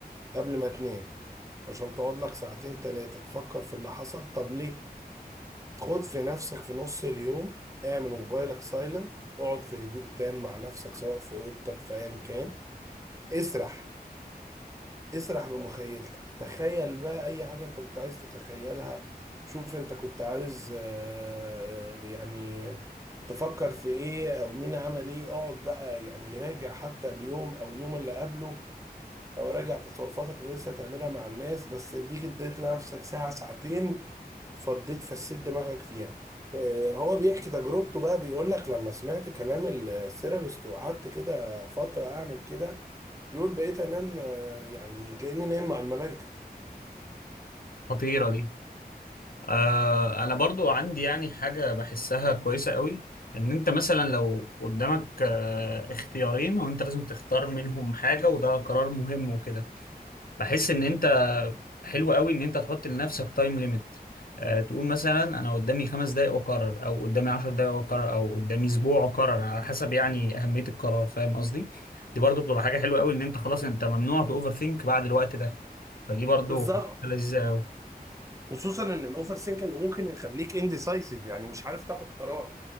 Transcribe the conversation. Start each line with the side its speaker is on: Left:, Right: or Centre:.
Right: قبل ما تنام عشان تقعد لك ساعتين تلاتة تفكر في اللي حصل طب ليه خد في نفسك في نص اليوم اعمل موبايلك سايلنت اقعد في هدوء تام مع نفسك سواء في اوضتك في ايا كان اسرح اسرح بمخيلتك تخيل بقى اي حاجة انت كنت عايز تتخيلها شوف انت كنت عاوز آه، آه، يعني تفكر في ايه او مين عمل ايه اقعد بقى يعني راجع حتى اليوم او اليوم اللي قبله لو راجع تصرفاتك اللي لسه هتعملها مع الناس بس دي اديت لنفسك ساعة ساعتين فضيت فسيت دماغك فيها آه، هو بيحكي تجربته بقى بيقول لك لما سمعت كلام الثيرابيست وقعدت كده فترة أعمل كده بيقول بقيت أنام آه، يعني كأني نايم مع الملائكة
Left: خطيرة دي آه أنا برضو عندي يعني حاجة بحسها كويسة قوي إن أنت مثلا لو قدامك آه اختيارين وأنت لازم تختار منهم حاجة وده قرار مهم وكده بحس ان انت حلو قوي ان انت تحط لنفسك تايم ليميت تقول مثلا انا قدامي خمس دقايق واقرر او قدامي عشر دقايق واقرر او قدامي اسبوع واقرر على حسب يعني اهمية القرار فاهم قصدي دي برضو بتبقى حاجة حلوة قوي ان انت خلاص انت ممنوع تأوفر ثينك بعد الوقت ده فدي برضو
Right: بالظبط
Left: حاجة لذيذة قوي
Right: خصوصا ان الاوفر سينكينج ممكن يخليك انديسايسيف يعني مش عارف تاخد قرار